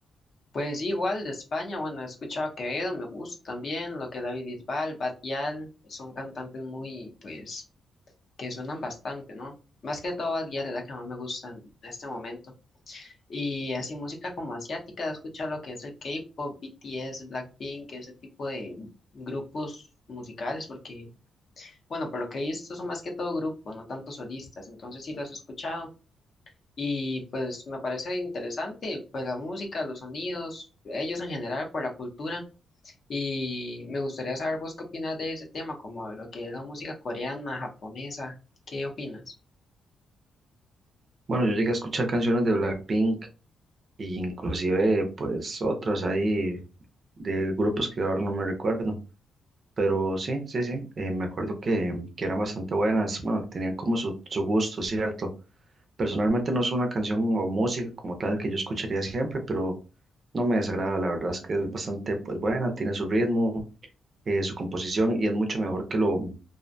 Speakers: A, on the left; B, on the right.
A: Pues sí, igual de España, bueno, he escuchado a Quevedo, me gusta también, lo que David Bisbal, Batial, son cantantes muy pues que suenan bastante, ¿no? Más que todo Bad Gyal es la que más me gusta en este momento. Y así música como asiática, he escuchado lo que es el K-pop, BTS, Blackpink, ese tipo de grupos musicales, porque, bueno, por lo que he visto son más que todo grupos, no tanto solistas, entonces sí los he escuchado. Y pues me parece interesante, pues la música, los sonidos, ellos en general, por la cultura. Y me gustaría saber vos qué opinas de ese tema, como lo que es la música coreana, japonesa, ¿qué opinas?
B: Bueno, yo llegué a escuchar canciones de Blackpink e inclusive pues otras ahí de grupos que ahora no me recuerdo, pero sí, sí, sí, eh, me acuerdo que, que eran bastante buenas, bueno, tenían como su, su gusto, ¿cierto? Personalmente no es una canción o música como tal que yo escucharía siempre, pero no me desagrada, la verdad es que es bastante pues buena, tiene su ritmo, eh, su composición y es mucho mejor que lo,